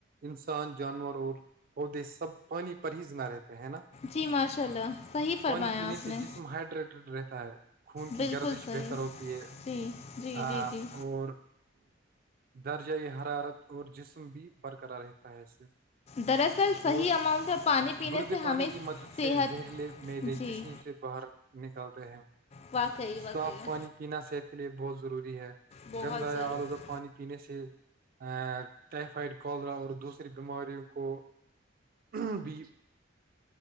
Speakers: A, on the right (about 45°); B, on the left (about 30°).
A: انسان جانور اور پودے سب پانی پر ہی ج نہ رہتے ہیں ہے نا
B: جی ماشاء اللہ صحیح فرمایا
A: پانی پینے
B: آپ
A: سے
B: نے
A: جسم ہائڈریٹڈ رہتا ہے خون کی
B: بالکل
A: گردش
B: صحیح
A: بہتر ہوتی ہے
B: جی جی
A: ہ
B: جی جی
A: اور درجۂ یہ حرارت اور جسم بھی برقرار رہتا ہے اس سے
B: دراصل صح
A: اور
B: اماؤنٹ میں پانی پینے
A: گردے
B: سے
A: پانی
B: ہمیں
A: کی مدد
B: صحت
A: سے زہریلے میدے
B: جی
A: جسم سے باہر نکالتے ہیں
B: واقعی واقعی
A: صاف پانی پینا صحت کے لیے بہت ضروری ہے
B: بہت
A: گندا یا
B: ضرور
A: آلودف پانی پینے سے ا ٹائفائڈ کالرا اور دوسری بیماریوں کو <inaudible> بی